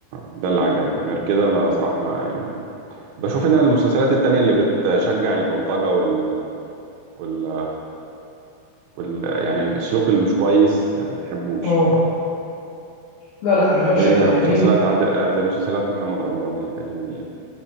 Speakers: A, on the right; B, on the left.
A: ده اللي عجبني غير كده ما صراحة ما يعني بشوف ان المسلسلات التانية اللي بتشجع البلطجة وال وال وال يعني السلوك اللي مش كويس يعني ما بحبوش
B: اه
A: بصراحة يعني.
B: لا لا اشغال
A: زي
B: شقه جميل
A: مسلسلات عاد آه، زي مسلسلات محمد رمضان القديمة ديت